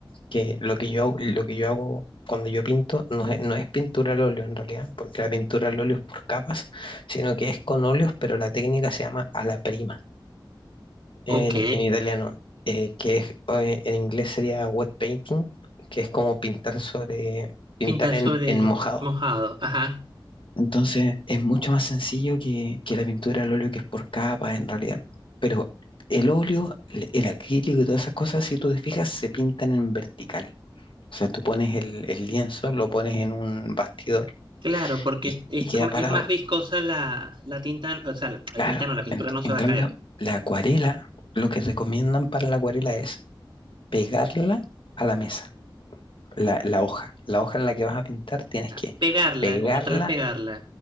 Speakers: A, on the left (about 75°); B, on the right (about 70°).
A: que lo que yo, lo que yo hago cuando yo pinto, no es, no es pintura al óleo en realidad, porque la pintura al óleo es por capas, sino que es con óleos, pero la técnica se llama a la prima. en,
B: Ok,
A: en italiano, eh, que es, eh, en inglés sería wet painting, que es como pintar sobre, pintar
B: Pintar
A: en,
B: sobre
A: en mojado.
B: mojado, ajá.
A: Entonces es mucho más sencillo que, que la pintura al óleo, que es por capas en realidad. Pero el óleo, el el acrílico y todas esas cosas, si tú te fijas, se pintan en vertical. O sea, tú pones el, el lienzo, lo pones en un bastidor
B: Claro, porque
A: y,
B: es,
A: y queda
B: como-
A: parado.
B: es más viscosa la, la tinta, o sea, la,
A: Claro,
B: la tinta no, la pintura
A: en,
B: no se
A: en cambio,
B: va a caer.
A: la acuarela, lo que recomiendan para la acuarela es pegarla a la mesa la, la hoja, la hoja en la que vas a pintar, tienes que
B: A- Pegarla,
A: pegarla,
B: como tal, pegarla.